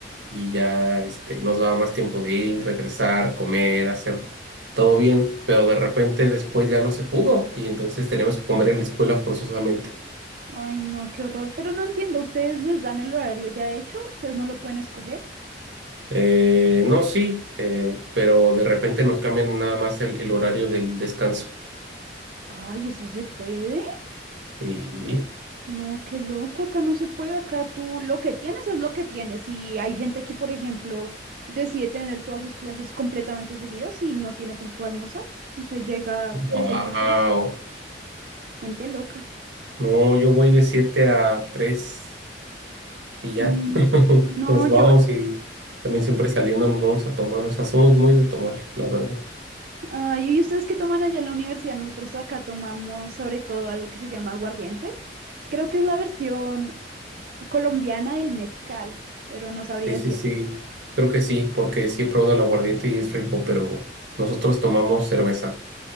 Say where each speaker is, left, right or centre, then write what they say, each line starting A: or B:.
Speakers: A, on the right (about 85°); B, on the right (about 55°).
A: y ya este, nos daba más tiempo de ir, regresar, comer, hacer todo bien. Pero de repente después ya no se pudo, y entonces teníamos que comer en la escuela forzosamente.
B: Ay, no, qué horror, pero no entiendo, ¿ustedes les dan el horario ya hecho? ¿Ustedes no lo pueden escoger?
A: Eh, no, sí, eh, pero de repente nos cambian nada más el, el horario del descanso.
B: Ay, ¿eso se puede?
A: Sí.
B: No, qué loco, acá no se puede, acá tú lo que tienes es lo que tienes y hay gente que, por ejemplo, decide tener todas sus clases completamente seguidas y no tiene tiempo de almorzar, o sea, llega
A: Wow.
B: de seis a seis gente loca.
A: No, yo voy de 7 a 3 y ya.
B: Mm,
A: <laughs>
B: No,
A: Nos vamos
B: yo,
A: y también siempre saliendo nos vamos a tomar. O sea, somos muy de tomar, la verdad.
B: ah, ¿y ustedes qué toman allá en la universidad? Nosotros acá tomamos sobre todo algo que se llama aguardiente, creo que es la versión colombiana del mezcal, pero no sabría
A: Sí,
B: decirte.
A: sí, sí. Creo que sí, porque sí he probado el aguardiente y es rico, pero nosotros tomamos cerveza,